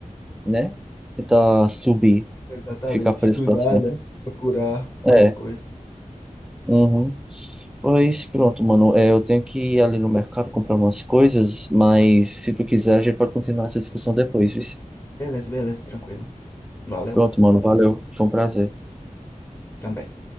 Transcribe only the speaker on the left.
Exatamente,
estudar,
né? Procurar mais
coisas.
Beleza, beleza, tranquilo. Valeu,
também.